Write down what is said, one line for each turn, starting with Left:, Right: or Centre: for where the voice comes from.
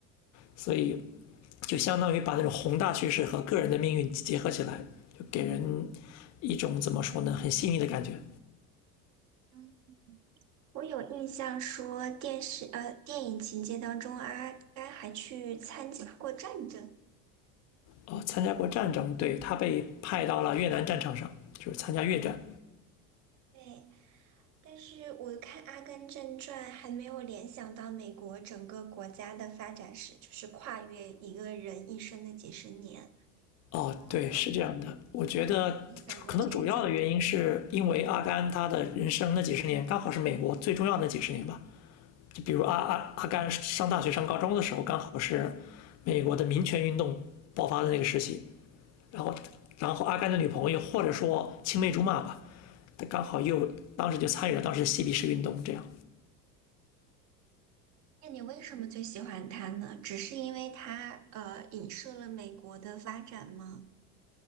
Left: 所以就相当于把那种宏大叙事和个人的命运结合起来，就给人一种怎么说呢，很细腻的感觉。
Right: 嗯，我有印象说电视呃电影情节当中，阿甘还去参加过战争。
Left: 哦、参加过战争，对他被派到了越南战场上，就是参加越战。
Right: 对，但是我看《阿甘正传》还没有联想到美国整个国家的发展史，就是跨越一个人一生的几十年。
Left: 哦，
Right: 呃，
Left: 对，是这样的。我觉得可能主要的原因是因为阿甘他的人生那几十年刚好是美国最重要的几十年吧。
Right: 你想过这个角？
Left: 就比如阿阿阿甘上大学上高中的时候，刚好是美国的民权运动爆发的那个时期。然后，然后阿甘的女朋友或者说青梅竹马吧，他刚好又当时就参与了当时的嬉皮士运动，这样。
Right: 那你为什么最喜欢他呢？只是因为他呃影射了美国的发展吗？